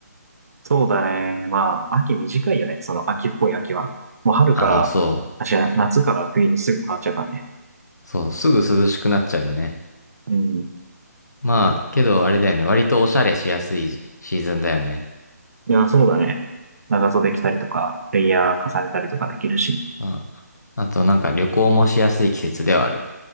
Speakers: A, on the right; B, on the left.
A: そうだね。まあ、秋短いよね。その秋っぽい秋は。もう春から、
B: ああ、そ
A: あ、違う、夏から冬にすぐ変わっちゃうからね。
B: う。そう、すぐ涼しくなっちゃうよね。
A: うん。
B: まあ、けどあれだよね。割とおしゃれしやすいシーズンだよね。
A: いや、そうだね。長袖着たりとか、レイヤー重ねたりとかできるし。
B: あ、あとなんか旅行もしやすい季節ではある。